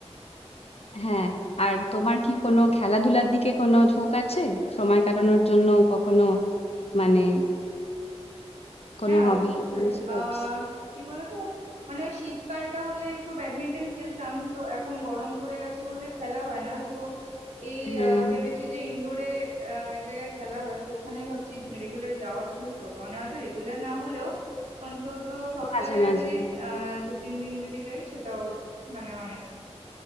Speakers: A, on the left (about 65°); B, on the right (about 85°).
A: হ্যাঁ আর তোমার কি কোনো খেলাধুলার দিকে কোনো ঝোঁক আছে সময় কাটানোর জন্য কখনো মানে কোনো
B: হ্যাঁ
A: হবি
B: অবশ্যই
A: কোনো স্পোর্টস
B: আহ কি বলতো মানে ওই শীতকালটা হলে একটু ব্যাডমিন্টন খেলতাম তো এখন গরম পড়ে গেছে বলে খেলা হয় না তো এই
A: হ্যাঁ
B: আহ, ভেবেছি যে ইনডোরে এক জায়গায় খেলা হয় তো ওখানে ভাবছি রেগুলার যাওয়া শুরু করবো মানে হয়তো রেগুলার না হলেও অন্তত সপ্তাহে
A: মাঝে মাঝে
B: যদি আহ দু তিন দিন যদি যাই সেটাও মানে অনেক